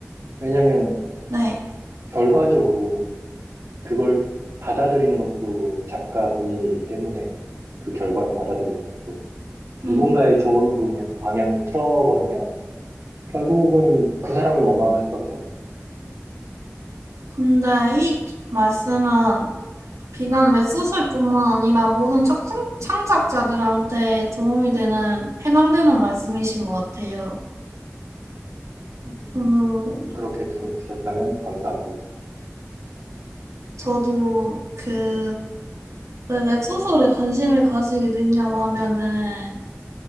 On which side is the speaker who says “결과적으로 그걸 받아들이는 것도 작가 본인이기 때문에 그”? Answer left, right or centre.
Right